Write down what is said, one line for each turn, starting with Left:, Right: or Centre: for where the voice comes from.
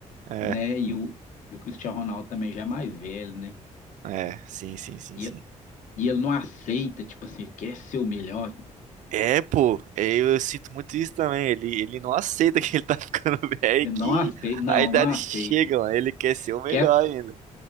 Right: É.
Left: né? E o, e o Cristiano Ronaldo também já é mais velho, né?
Right: É, sim, sim, sim,
Left: E,
Right: sim.
Left: e ele não aceita, tipo assim, quer ser o melhor,
Right: É, pô, é, eu sinto muito isso também. Ele, ele não aceita que ele tá <laughs> ficando velho
Left: ele
Right: e que
Left: não aceita, não,
Right: a idade
Left: não aceita.
Right: chega, mano. Ele quer ser o melhor
Left: quer,
Right: ainda.